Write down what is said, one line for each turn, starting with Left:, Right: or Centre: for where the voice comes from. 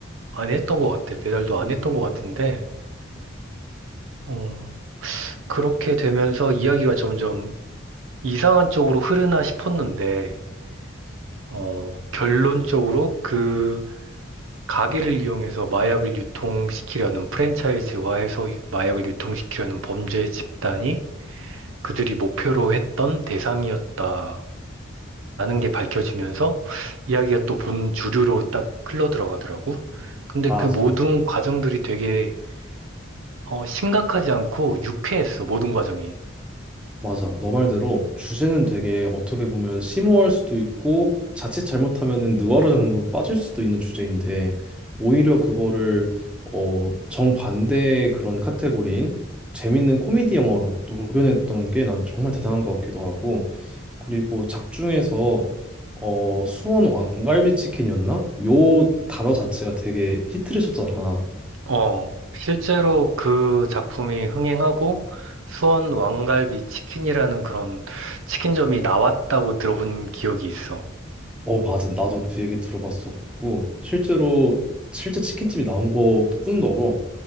Right: 안 했던 것 같아. 배달도
Centre: 네.
Right: 안 했던 것 같은데, 어, 그렇게 되면서 이야기가 점점 이상한 쪽으로 흐르나 싶었는데, 어, 결론적으로 그 가게를 이용해서 마약을 유통시키려는 프랜차이즈화해서 유- 마약을 유통시키려는 범죄 집단이 그들이 목표로 했던 대상이었다라는 게 밝혀지면서 이야기가 또 본 주류로 딱 흘러 들어가더라고. 근데
Centre: 맞아.
Right: 그 모든 과정들이 되게 어, 심각하지 않고 유쾌했어, 모든 과정이.
Centre: 맞아. 너 말대로 주제는 되게 어떻게 보면 심오할 수도 있고 자칫 잘못하면은 느와르 장르로 빠질 수도 있는 주제인데 오히려 그거를 어 정반대의 그런 카테고리인 재밌는 코미디 영화로 녹여냈던 게 난 정말 대단한 것 같기도 하고 그리고 작중에서 어 수원 왕갈비 치킨이었나? 요 단어 자체가 되게 히트를 쳤잖아.
Right: 어, 실제로 그 작품이 흥행하고 수원 왕갈비 치킨이라는 그런 치킨점이 나왔다고 들어본 기억이 있어.
Centre: 어, 맞아. 나도 그 얘기 들어봤었고, 실제로, 실제 치킨집이 나온 것뿐더러,